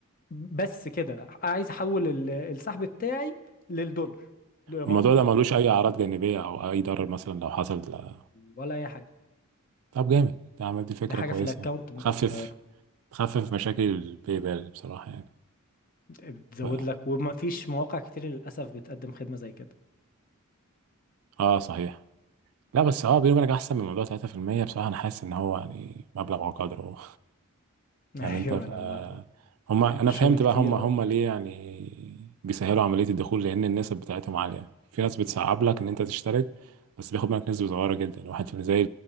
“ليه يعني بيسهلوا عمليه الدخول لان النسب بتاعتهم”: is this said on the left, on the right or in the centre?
Right